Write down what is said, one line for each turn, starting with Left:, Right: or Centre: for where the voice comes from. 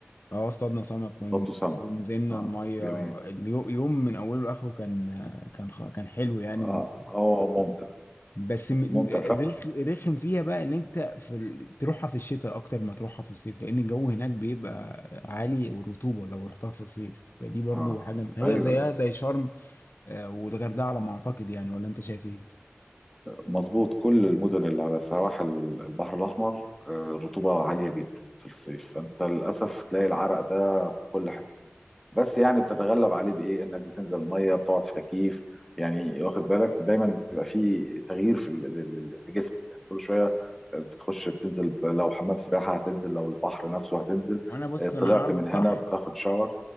Left: اه اصطادنا سمك ون-
Centre: اصطادتوا سمك
Left: ونزلنا
Centre: اه
Left: الميه
Centre: جميل
Left: اليوم من اوله لاخره كان كان خ- كان حلو يعني
Centre: اه
Left: و...
Centre: هو ممتع
Left: بس م- م-
Centre: ممتع
Left: الرخ-
Centre: فعلا
Left: الرخم فيها بقى ان انت في ال... تروحها في الشتاء اكتر ما تروحها في الصيف لان الجو هناك بيبقى عالي والرطوبه لو رحتها في الصيف فدي برضو
Centre: اه
Left: حاجه م- هي
Centre: ايوه
Left: زيها زي شرم آه، والغردقه على ما اعتقد يعني ولا انت شايف ايه؟
Centre: مظبوط كل المدن اللي على سواحل البحر الاحمر آه، الرطوبه عاليه جدا في الصيف فانت للاسف تلاقي العرق ده في كل حته بس يعني بتتغلب عليه بايه انك بتنزل الميه بتقعد في تكييف يعني واخد بالك دايما بيبقى في تغيير في ال- ال- ال- لجسمك يعني كل شويه بتخش بتنزل لو حمام سباحه هتنزل لو البحر نفسه هتنزل
Left: وانا بص
Centre: آه،
Left: انا
Centre: طلعت
Left: عارض
Centre: من
Left: صح
Centre: هنا بتاخد شاور